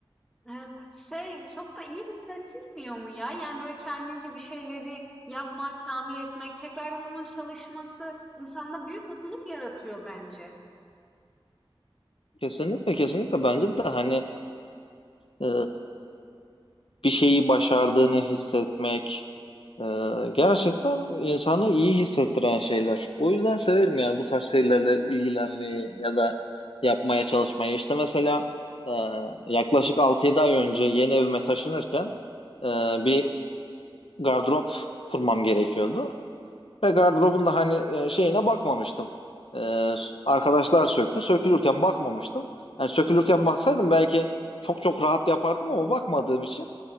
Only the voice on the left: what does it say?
Kesinlikle kesinlikle bence de hani e, bir şeyi başardığını hissetmek e, gerçekten insanı iyi hissettiren şeyler. O yüzden severim yani bu tarz şeylerle ilgilenmeyi ya da yapmaya çalışmayı. İşte mesela e, yaklaşık altı yedi ay önce yeni evime taşınırken e, bir gardırop kurmam gerekiyordu. Ve gardırobun da hani e, şeyine bakmamıştım. E, arkadaşlar söktü. Sökülürken bakmamıştım. Yani sökülürken baksaydım belki çok çok rahat yapardım ama bakmadığım için.